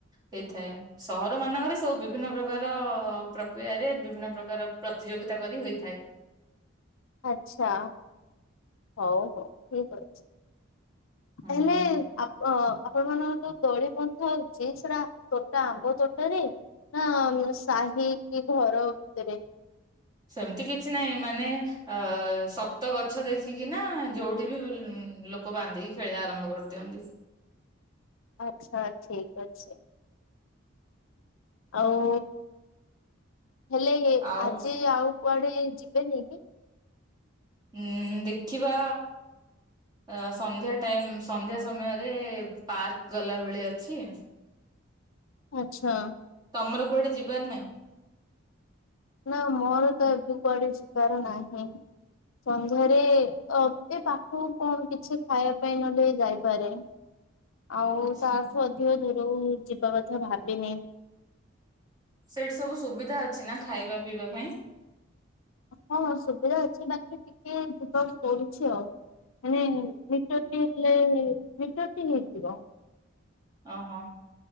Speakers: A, on the right; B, on the left.
A: ହେଇଥାଏ ସହର ମାନଙ୍କରେ ସବୁ ବିଭିନ୍ନ ପ୍ରକାର ପ୍ରକ୍ରିୟାରେ ବିଭିନ୍ନ ପ୍ରକାର ପ୍ରତିଯୋଗିତା କରି ହୋଇଥାଏ।
B: ଆଚ୍ଛା ହଉ ହଉ ଠିକ୍ ଅଛି
A: ହୁଁ
B: ହେଲେ ଆପ ଆପଣ ମାନଙ୍କ ଯୋଉ ଦଳି ବନ୍ଥା ହଉଚି ସେଟା ତୋଟା ଆମ୍ବ ତୋଟାରେ ନା ନା ସାହି କି ଘର ଭିତରେ?
A: ସେମିତି କିଛି ନାହିଁ ମାନେ ଅ ଶକ୍ତ ଗଛ ଦେଖିକିନା ଯୋଉଠିବି ଲୋ ଲୋକ ବାନ୍ଧିକି ଖେଳିବା ଆରମ୍ଭ କରିଦିଅନ୍ତି।
B: ଆଚ୍ଛା ଠିକ୍ ଅଛି। ଆଉ ହେଲେ
A: ଆଉ
B: ଆଜି ଆଉ କୁଆଡ଼େ ଯିବେନିକି?
A: ଉଁ ଦେଖିବା ଅ ସନ୍ଧ୍ୟା ଟାଇମ୍ ସନ୍ଧ୍ୟା ସମୟରେ ପାର୍କ ଗଲା ବେଳେ ଅଛି।
B: ଆଚ୍ଛା।
A: ତମର କୁଆଡ଼େ ଯିବାର ନାଇଁ?
B: ନା ମୋରତ ଏବେ କୁଆଡ଼େ ଯିବାର ନାହିଁ ସନ୍ଧ୍ୟା ରେ ଅତି ପାଖକୁ କଣ କିଛି ଖାଇବା ପାଇଁ ନହେଲେ ଯାଇପାରେ। ଆଉ
A: ଆଚ୍ଛା
B: ତାଠୁ ଅଧିକ ଦୂରକୁ ଯିବା କଥା ଭାବିନି।
A: ସେଇଠି ସବୁ ସୁବିଧା ଅଛିନା ଖାଇବା ପିଇବା ପାଇଁ?
B: ହଁ ସୁବିଧା ଅଛି ବାକି ଟିକେ ଯିବା ପଡ଼ୁଛି ଆଉ। ମାନେ ମିଟରଟି ହେଲେ ମିଟରଟି ହେଇଯିବ।
A: ଓହୋ।